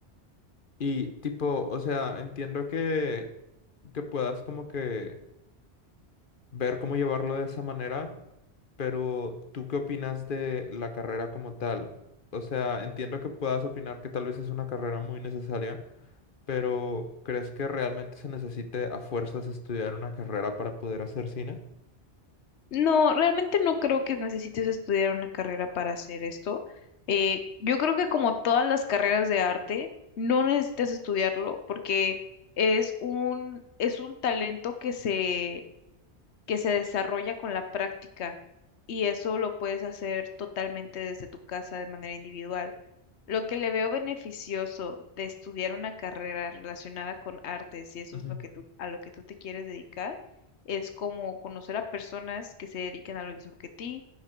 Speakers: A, on the left; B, on the left.
A: Y tipo, o sea, entiendo que, que puedas como que ver cómo llevarlo de esa manera, pero ¿tú qué opinas de la carrera como tal? O sea, entiendo que puedas opinar que tal vez es una carrera muy necesaria, pero ¿crees que realmente se necesite a fuerzas estudiar una carrera para poder hacer cine?
B: No, realmente no creo que necesites estudiar una carrera para hacer esto. Eh, yo creo que como todas las carreras de arte, no necesitas estudiarlo porque es un, es un talento que se, que se desarrolla con la práctica y eso lo puedes hacer totalmente desde tu casa de manera individual. Lo que le veo beneficioso de estudiar una carrera relacionada con artes, si eso
A: Ujú,
B: es lo que tú, a lo que tú te quieres dedicar, es como conocer a personas que se dedican a lo mismo que ti,